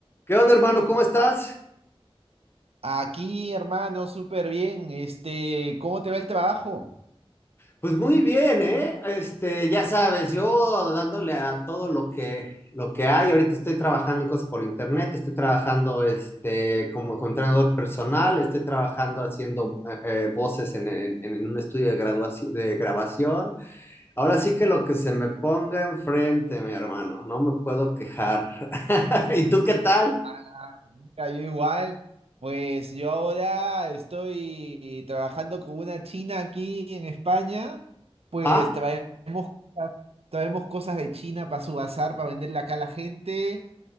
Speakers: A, on the left; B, on the right.
A: ¿Qué onda, hermano? ¿Cómo estás?
B: Aquí, hermano, súper bien. Este, ¿cómo te va el trabajo?
A: Pues muy bien, ¿eh? Este, ya sabes, yo dándole a todo lo que lo que hay. Ahorita estoy trabajando en cosas por internet, estoy trabajando este como entrenador personal, estoy trabajando haciendo eh, eh, voces en, en- en un estudio de graduaci- de grabación. Ahora sí que lo que se me ponga enfrente, mi hermano, no me puedo quejar. <laughs> ¿Y tú qué tal?
B: Ah, Mira, Yo igual. Pues yo ahora estoy trabajando con una china aquí en España. Pues
A: Ajá.
B: traemos, cosas- traemos cosas de China para su bazar, para venderle acá a la gente.